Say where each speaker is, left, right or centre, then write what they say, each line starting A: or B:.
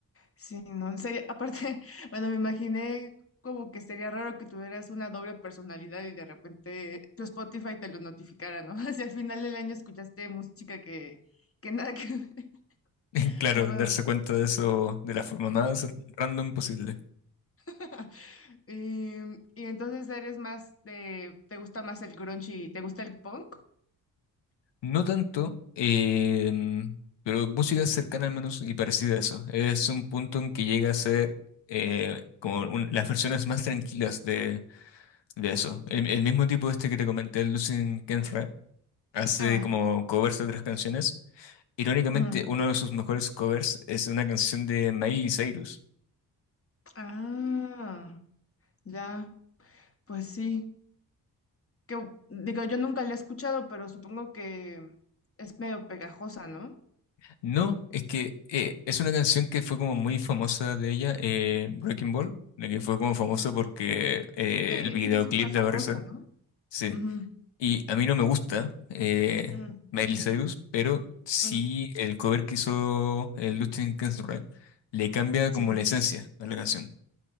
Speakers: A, on the left; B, on the left.
A: Sí, no, sería, aparte, <laughs> bueno, me imaginé como que sería raro que tuvieras una doble personalidad y de repente tu Spotify te lo notificara, ¿no? <laughs> Si al final del año escuchaste música que, que nada que ver, <laughs>
B: <laughs> Claro,
A: pero bueno.
B: darse cuenta de eso de la forma más random posible.
A: <laughs> Y, y entonces eres más de, ¿te gusta más el grunge y te gusta el punk?
B: No tanto, em, pero música cercana al menos y parecida a eso. Es un punto en que llega a ser eh, como un- las versiones más tranquilas de, de eso. El, el mismo tipo este que te comenté, Lucien Kenfra, hace
A: Ah,
B: como covers de otras canciones Irónicamente,
A: ujú.
B: uno de sus mejores covers es una canción de Miley Cyrus.
A: Ah, ya, pues sí. Que, digo, yo nunca la he escuchado, pero supongo que es medio pegajosa, ¿no?
B: No, es que eh, es una canción que fue como muy famosa de ella, eh, Breaking Ball, de que fue como famosa porque eh,
A: Sí,
B: el videoclip
A: sí, súper famosa,
B: de Barça,
A: ¿no?
B: sí.
A: Ujú.
B: Y a mí no me gusta eh,
A: Mm,
B: Miley Cyrus, pero sí
A: mm,
B: el cover que hizo el Justin Quincemara le cambia
A: sí,
B: como la esencia a la canción.